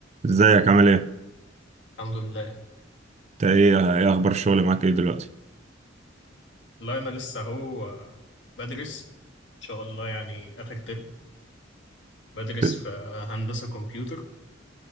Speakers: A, on the right; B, on the left.
A: ازيك عامل ايه؟
B: الحمد لله
A: انت ايه ايه اخبار الشغل معاك ايه دلوقتي؟
B: لا أنا لسه أهو آه، بدرس إن شاء الله يعني آخر ترم بدرس
A: انت
B: في هندسة كمبيوتر